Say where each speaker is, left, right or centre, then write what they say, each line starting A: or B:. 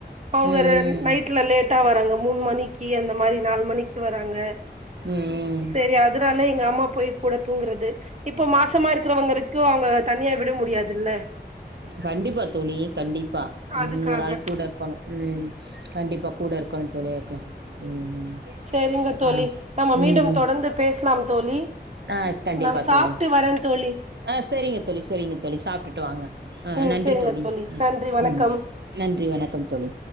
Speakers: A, on the right; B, on the right.
A: அவுங்க
B: ம்.
A: ரன் நைட்ல லே ட்டா வராங்க மூணு மணி க்கி அந்த மாரி நாலு மணிக்கி வராங்க
B: ம்.
A: செரி அதுனால எங்க அம்மா போய் கூட தூங்குறது இப்ப மாசமா இருக்கிறவங் ட்டரைக்கு அவுங்க தனியா விட முடியாதில்ல
B: கண்டிப்பா தோழி கண்டிப்பா
A: அதுக்காக
B: ம் ஒரு ஆள் கூட இருக்கணு ம் கண்டிப்பா‌ கூட இருக்கணுந் தோழி அதுக்லா ம் ம்
A: செரிங்க தோழி
B: ஆ
A: நம்ம
B: ம்
A: மீண்டும்
B: ம்
A: தொடர்ந்து பேசலாம் தோழி
B: ஆ கண்டிப்பா
A: நா சாப்ட்டு
B: தோழி
A: வரே தோழி
B: ஆ செரிங்க தோழி சொரிங்க தோழி சாப்டுட்டு வாங்க ஆ
A: ம்
B: நன்றி
A: சேரிங்க
B: தோழி ம்
A: நன்றி வணக்கம்
B: ம் நன்றி வணக்கம் தோழி